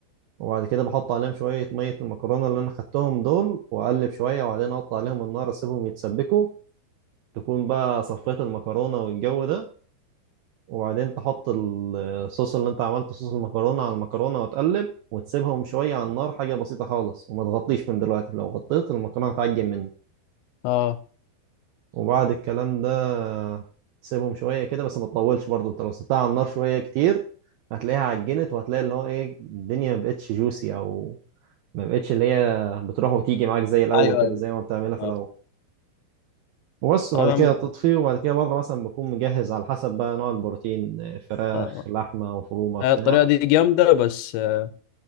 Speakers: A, on the right; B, on the left.
A: وبعد كده بحط عليهم شوية مية المكرونة اللي أنا خدتهم دول وأقلب شوية وبعدين أحط عليهم النار أسيبهم يتسبكوا تكون بقى صفيت المكرونة والجو ده وبعدين تحط الصوص اللي أنت عملته صوص المكرونة على المكرونة وتقلب وتسيبهم شوية على النار حاجة بسيطة خالص وما تغطيش من دلوقتي لو غطيت المكرونة هتعجن منك
B: اه
A: وبعد الكلام ده تسيبهم شوية كده بس ما تطولش برضه انت لو سبتها على النار شوية كتير هتلاقيها عجنت وهتلاقي اللي هو ايه الدنيا ما بقتش جوسي او ما بقتش اللي هي بتروح وتيجي معاك زي الاول
B: ايوه
A: كده
B: ايوه
A: زي ما بتعملها في
B: اه
A: الاول وبس وبعد
B: طبعا آه. يا
A: كده
B: عم.
A: تطفي وبعد كده برضه مثلا بكون مجهز على حسب بقى نوع البروتين آه، فراخ
B: آه،
A: لحمة مفرومة
B: آه،
A: بتاع
B: الطريقه دي جامده بس آه،